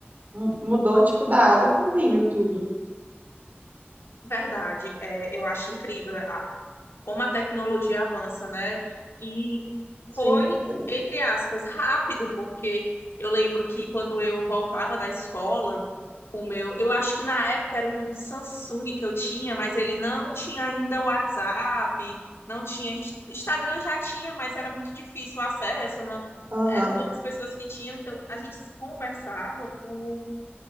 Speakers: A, on the right; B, on the left.
A: mu- mudou, tipo, da água pro vinho tudo.
B: Verdade, é, eu acho incrível. como a tecnologia avança, né? E
A: Sim,
B: foi,
A: foi.
B: entre aspas, rápido, porque eu lembro que quando eu voltava da escola, o meu, eu acho que na época era um Samsung que eu tinha, mas ele não tinha ainda o WhatsApp, não tinha Instagram já tinha, mas era muito difícil o acesso, não,
A: Aham.
B: eram poucas pessoas que tinham, então a gente conversava por,